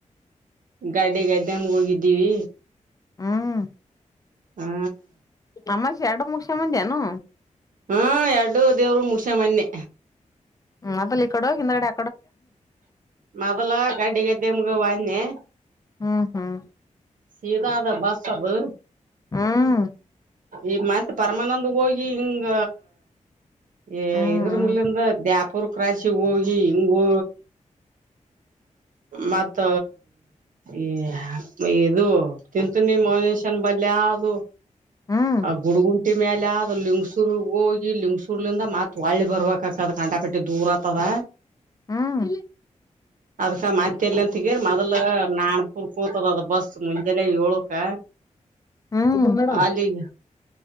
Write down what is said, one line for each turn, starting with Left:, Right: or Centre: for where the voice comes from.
Right: ಗಾಡೆ ಗದ್ದೆಮ್ಮಗೆ ಹೋಗಿದ್ದೀವಿ.
Left: ಹ್ಮ್
Right: ಹಾ
Left: ಅಮಾಶಿ ಎರಡು ಮುಗಸಕೊಂಡ ಬಂದಿನು.
Right: ಹ್ಮ ಎರಡು ದೇವ್ರು ಮುಗಸಕೊಂಡ ಬಂದನಿ.
Left: ಹ್ಮ ಮದಲ್ ಈ ಕಡೆ ಹೋಗಿ ಹಿಂದೆಗಡೆ.
Right: ಮದಲ ಗಡ್ಡಿ ಗದ್ದೆಮ್ಮಗ ಹೋದನ್ಯ.
Left: ಹ್ಮ್ ಹ್ಮ್.
Right: ಸೀದಾ ಅದ ಬಸ್ ಅದು.
Left: ಹ್ಮ.
Right: ಈಗ ಮತ್ ಪರಮಾನಂದ ಗ ಹೋಗಿ ಹಿಂಗ. ಏ
Left: ಹ್ಮ್
Right: ಇದ್ರ ಮಲಿಂದ ದ್ಯಾಪುರ್. ಕ್ರಾಶಿಗೆ ಹೋಗಿ ಹಿಂಗ ಹೂ ಮತ್ತ. ಏ ಇದು ತಿಂತನಿ ಮೌನೇಶ ಬಲೇ ಹಾಯ್ದು.
Left: ಹ್ಮ್
Right: ಆ ಗುಡಗುಂಟಿ ಮೇಲೆ ಹಾದು ಲಿಂಗ್ಸುರ್ ಗೆ ಹೋಗಿ ಲಿಂಗ್ಸು. ಲಿಂಗ್ಸುರ್ ನಿಂದ ಮತ್ ಹೊಳ್ಳಿ ಬರ್ಬೇಕಕದ ಕಂಂಡಾಪೆಟ್ಟಿ ದೂರ್ ಆತದ.
Left: ಹ್ಮ್
Right: ಅದಕ್ಕ ಮತ್ತ ಎಲ್ಲಿ ಅಂತಗೆ ಮೊದಲ. ನಾಣಪುರ್ ಕೋತದ ಅದ ಬಸ್ ಮುಂಜೆಲ್ಲ ಏಳುಕ. ಕ
Left: ಹ್ಮ್ ಮೇಡಮ್
Right: ಅಲಿಗ.